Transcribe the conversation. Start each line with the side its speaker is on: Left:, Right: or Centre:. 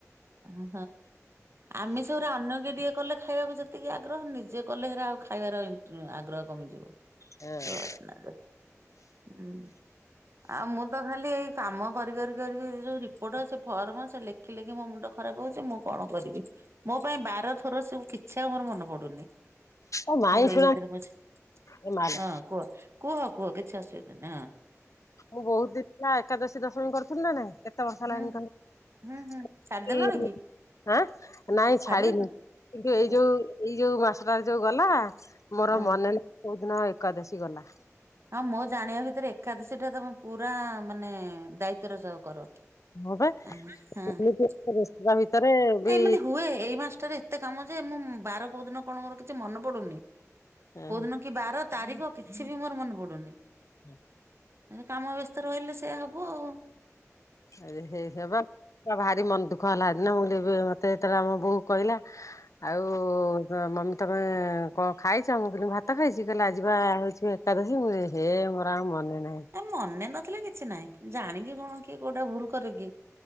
Right: ହଁ ଆମେ ସବୁରେ ଅନ୍ୟ କି ଟିକେ କଲେ ଖାଇବାକୁ ଯେତିକି ଆଗ୍ରହ ନିଜେ କଲେ ହେରା ଆଉ ଖାଇବାର ଇଣ୍ଟ ଆଗ୍ରହ କମିଯିବ
Left: ହଁ
Right: ଏ ବାସ୍ନା ଯୋଉ ହୁଁ। ଆଉ ମୁଁ ତ ଖାଲି ଏଇ କାମ କରି କରି କରି ଯୋଉ ରିପୋର୍ଟ ସେ ଫର୍ମ ସେ ଲେଖି ଲେଖି ମୋ ମୁଣ୍ଡ ଖରାପ ହଉଛି ମୁଁ କଣ କରିବି ମୋ ପାଇଁ ବାର ଥର ସବୁ କିଛି ଆଉ ମୋର ମନେ ପଡୁନି।
Left: ଏ ମାଇଁ
Right: ହଉ ଏଇ
Left: ଶୁଣ
Right: ଭିତରେ ବୁଝେ
Left: ଏ ମାଲୋ
Right: ହଁ କୁହ କୁହ କୁହ କିଛି ଆସୁବି ନା।
Left: ମୁଁ ବହୁତ ଦିନ ଏକାଦଶୀ ଦଶମୀ କରୁଥିଲି ନା ନାଇଁ କେତେ ବର୍ଷ
Right: ହୁଁ।
Left: ଲାଗଣିି କହିଲ।
Right: ହୁଁ ହୁଁ ଛାଡିଦେଲଣି କି
Left: ଆଁ ନାଇଁ
Right: ଛାଡିଦେଲଣି
Left: ଛାଡିନି କିନ୍ତୁ ଏଇ
Right: ଆଉ
Left: ଯୋଉ ଏଇ ଏ ଯୋଉ ମାସଟାରେ ଯୋଉ ଗଲା ମୋର
Right: ହଁ
Left: ମନେ ନାହି କୋଉ ଦିନ ଏକାଦଶୀ ଗଲା।
Right: ହଁ ମୋ ଜାଣିବା ଭିତରେ ଏକାଦଶୀ ଟା ତମେ ପୁରା ମାନେ ଦାୟିତ୍ୱର ସହ କର
Left: ହଁ ବା
Right: ଆଁ ହାଁ।
Left: ଏମିତି ବ୍ୟସ୍ତତା ଭିତରେ ବି
Right: ଏମିତି ହୁଏ ଏଇ ମାସଟାରେ ଏତେ କାମ ଯେ ମୁଁ ବାର କୋଉ ଦିନ କଣ ମୋର କିଛି ମନେ ପଡୁନି।
Left: ଜା
Right: କୋଉ ଦିନ କି ବାର ତାରିଖ କିଛି ବି ମୋର ମନେ ପଡୁନି।
Left: <inaudible>
Right: କାମ ବ୍ୟସ୍ତ ରହିଲେ ସେୟା ହବ ଆଉ।
Left: ଆରେ ହେବ ଭା ରି ମନ ଦୁଃଖ ହେଲା ସେ ଦିନ ମୁଁ କହିଲି ଏବେ ମତେ ଯେତେବେଳେ ଆମ ବୋହୁ କହିଲା ଆଉ ମମି ତମେ କଣ ଖାଇଛ ମୁଁ କହିଲି ଭାତ ଖାଇଛି କହିଲା ଆଜିି ବା ହୋଇଛି ଏକାଦଶୀ ମୁଁ ହେ ମୋର ଆଉ ମନେ ନାହିଁ।
Right: ଏ ମନେ ନ ଥିଲେ କିଛି ନାଇଁ ଜାଣିକି କଣ କି କୋଉଟା ଭୁଲ କରରେ କିି